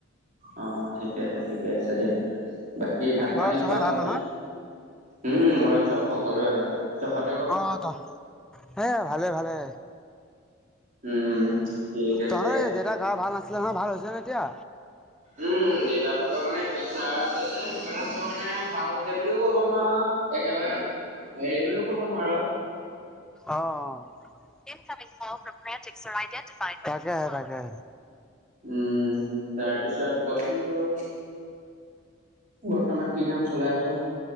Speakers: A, on the right; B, in the centre.
A: অ' ঠিকে আছে ঠিকে আছে দে! বাকী ভাত পানী
B: ঘৰত চবে
A: খোৱা
B: ভাল
A: হ'লনে‌?
B: নহয়
A: উম, ঘৰত সকলোৰে ভাল। তহঁত?
B: অ' এ ভালে ভালে।
A: উম ঠিক
B: তহঁত
A: আছে
B: এই দেতা গা ভাল নাছিলে নহয়, ভাল হৈছে নে এতিয়া?
A: উম, দেতাৰ ভাগৰ মানে পেচাৰ আছে যে সেইটো কাৰণে তোৰ মানে ভাল হৈছে বুলিও নোৱাৰো‌। একেবাৰে হেৰি বুলিও কব নোৱাৰ।
B: অ' অ'। <inaudible> তাকে তাকে!
A: উম, তাৰ পিছত কচোন তোৰ বৰ্তমান কি কাম চলাই আছ?